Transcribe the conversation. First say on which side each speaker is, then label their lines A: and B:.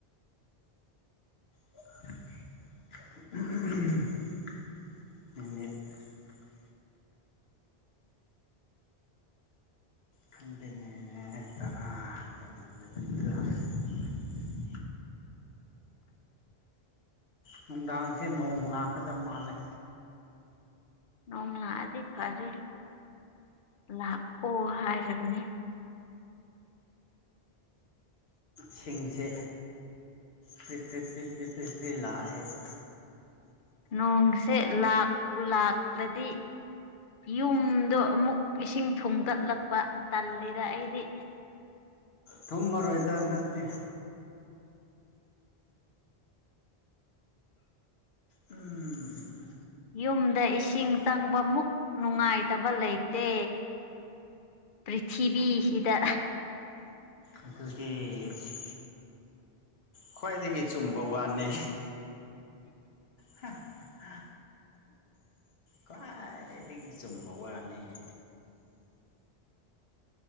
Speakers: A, on the left (about 75°); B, on the left (about 60°).
A: ꯑ ꯑꯍꯝ ꯅꯨꯃꯤꯠ
B: <inaudible>
A: ꯈꯪꯗ‌ꯦꯅꯦ ꯑꯥ ꯇꯔꯥ ꯇ‌ꯦꯟ <unintelligible>
B: <inaudible>
A: ꯅꯨꯡꯗꯥꯡꯁꯦ ꯅꯣꯡ ꯂꯥꯛꯀꯗꯕ ꯃꯥꯜꯂꯦ
B: ꯅꯣꯡ ꯂꯥꯛꯑꯗꯤ ꯐꯔꯦ ꯂꯥꯛꯑꯣ ꯍꯥꯏꯔꯕꯅꯦ
A: ꯁꯤꯡꯁꯦ ꯄ꯭ꯔꯤ ꯄ꯭ꯔꯤ ꯄ꯭ꯔꯤ ꯄ꯭ꯔꯤ ꯄ꯭ꯔꯤ ꯄ꯭ꯔꯤ ꯂꯥꯛꯑꯦꯕ
B: ꯅꯣꯡꯁꯦ ꯂꯥꯛꯄꯨ ꯂꯥꯛꯂꯗꯤ ꯌꯨꯝꯗꯣ ꯑꯃꯨꯛ ꯏꯁꯤꯡ ꯊꯨꯝꯒꯠꯂꯛꯄ ꯇꯜꯂꯤꯗ ꯑꯩꯗꯤ
A: ꯊꯨꯝꯃꯔꯣꯏꯗ ꯍꯟꯗꯛꯇꯤ ꯎꯝ
B: ꯌꯨꯝꯗ ꯏꯁꯤꯡ ꯆꯪꯕ ꯃꯨꯛ ꯅꯨꯡꯉꯥꯏꯇꯕ ꯂꯩꯇꯦ ꯄ꯭ꯔꯤꯊꯤꯕꯤꯁꯤꯗ
A: ꯑꯗꯨꯗꯤ ꯑꯁꯤ ꯈ꯭ꯋꯥꯏꯗꯒꯤ ꯆꯨꯝꯕ ꯋꯥꯅꯤ ꯍꯥ ꯍ ꯈꯋꯥꯏꯗꯒꯤ ꯆꯨꯝꯕ ꯋꯥꯅ‌ꯦ